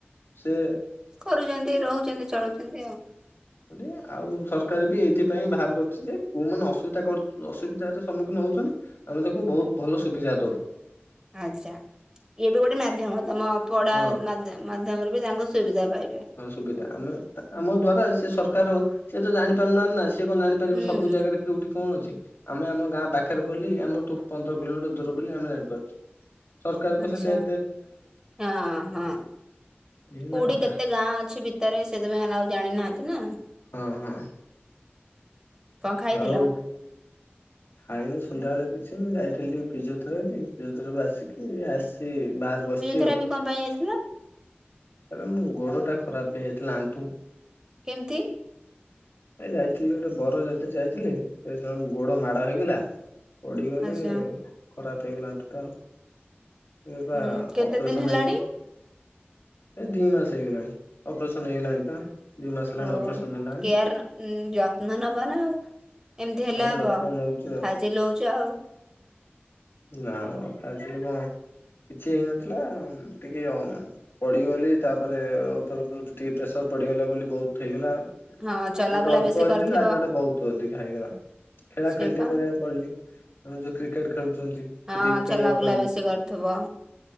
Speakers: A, on the left; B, on the right.
A: ସେ
B: କରୁଛନ୍ତି ରହୁଛନ୍ତି ଚଳୁଛନ୍ତି ଆଉ।
A: <unintelligible> ରେ ଆଉ ସରକାର ବି ଏଇଥିପାଇଁ ବାହାର କରୁଛି ଯେ କୋଉମାନେ ଅସୁବିଧା ଅସୁବିଧାର ସମ୍ମୁଖୀନ ହେଉଛନ୍ତି ଆମେ ତାକୁ ବହୁତ ଭଲ ସୁବିଧା ଦବୁ।
B: ଆଛା ଇଏ ବି ଗୋଟେ ମାଧ୍ୟମ ତମ ପଢା
A: ହଁ
B: ମାଧ୍ୟ ମାଧ୍ୟମରେ ବି ତାଙ୍କ ସୁବିଧା ପାଇବେ।
A: ହଁ ସୁବିଧା ଆମେ ଆମ ଦ୍ଵାରା ସେ ସରକାର ସେଏ ତ ଜାଣିପାରୁନାହାନ୍ତି ନା ସେ କଣ ଜାଣିପାରିବେ
B: ହୁଁ
A: ସବୁ ଜାଗାରେ। କୋଉଠି କଣ ଅଛି ଆମେ ଆମ ଗାଁ ପାଖରେ ବୋଲି ଆମଠୁ ପନ୍ଦର କିଲୋମିଟର ଦୂର ବୋଲି ଆମେ ଜାଣିପାରୁଛୁ। ସରକାରଙ୍କ
B: ଆଚ୍ଛା
A: ସେଠି
B: ହଁ ହଁ
A: ଏଇ ହେଲା
B: କୋଉଠି
A: କଥା
B: କେତେ ଗାଁ ଅଛି ଭିତରେ ସେଥିପାଇଁ ଏମାନେ ଆଉ ଜାଣିନାହାନ୍ତି ନା
A: ହଁ ହଁ
B: କଣ ଖାଇଥିଲ?
A: ଆଉ ଖାଇନି ସନ୍ଧ୍ୟାବେେଳେ କିଛି ମୁଁ ଯାଇଥିଲି ଟିକେ ଫିଜିଓଥେରାପି ଫିଜିଓଥେରାପିରୁ ଆସିକି ଆସି ଏଇ ବାହାରେ ବସିଛି
B: ଫିଜିଓଥେରାପି
A: ଆଉ
B: କଣ ପାଇଁ ଯାଇଥିଲ
A: ଏବେ ମୋ ଗୋଡ ଟା ଖରାପ ହେଇ ଯାଇଥିଲା ଆଣ୍ଠୁ
B: କେମିତି?
A: ଏ ଯାଇଥିଲି ଗୋଟେ ବରଯାତ୍ରି ଯାଇଥିଲି ଏ ଜଣଙ୍କ ଗୋଡ ମାଡ ହେଇଗଲା ପଡିଗଲି
B: ଆଚ୍ଛା।
A: ଖରାପ ହେଇଗଲା ଆଣ୍ଠୁ ଟା ଆଉ। ଏ ପା
B: ହୁଁ କେତେ
A: ଅପରେସନ
B: ଦିନ ହେଲାଣି
A: ହେଇଛି। ଏ ଦି ମାସ ହେଇଗଲାଣି ଅପରେସନ ହେଇଗଲାଣି। ପା ଦି ମାସ ହେଲାଣି
B: ଓ
A: ଅପରେସନ ହେଲାଣି
B: କେୟାର ନ ଯ ଯତ୍ନ ନେବ ନା ଆଉ ଏମିତି ହେଲେ
A: ହଁ
B: ହବ
A: ଯତ୍ନ ନଉଛି ଆଉ
B: ଫାଜିଲଉଛୁ ଆଉ।
A: ନା ଖାଇଥିଲି କଣ କିଛି ହେଇନଥିଲା ଟିକିଏ ଅ ପଡିଗଲି ତାପରେ ଉପର ଉପରେ ଟିକିଏ ପ୍ରେସର ପଡିଗଲା ବୋଲି ବହୁତ ହେଇଗଲା।
B: ହଁ ଚଲାବୁଲା
A: ଯୋଉଟା ଅଳ୍ପ
B: ବେଶୀ
A: ହେଇଥିଲା
B: କରିଥିବ
A: ଯୋଉଟା ବହୁତ ଅଧିକା ହେଇଗଲା ଖେଳା
B: ସେଇପା
A: ଖେଳିଟି କରିବା ପଲି ଆମେ ଯୋଉ କ୍ରିକେଟ ଖେଳୁଛନ୍ତି। ସେଠିକି
B: ହଁ
A: ଖେଳିବାକୁ
B: ଚଲାବୁଲା
A: ପଳେଇଲି
B: ବେଶୀ କରିଥିବ।